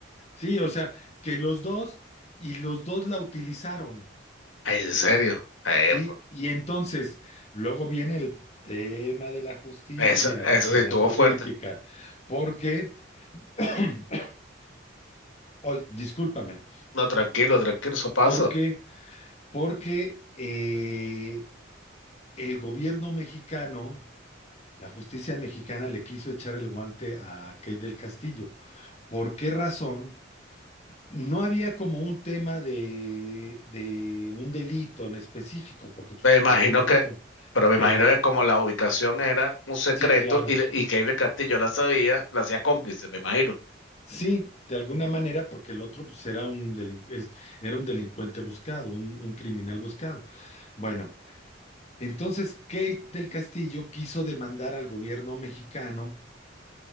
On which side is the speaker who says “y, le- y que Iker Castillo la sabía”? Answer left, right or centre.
Left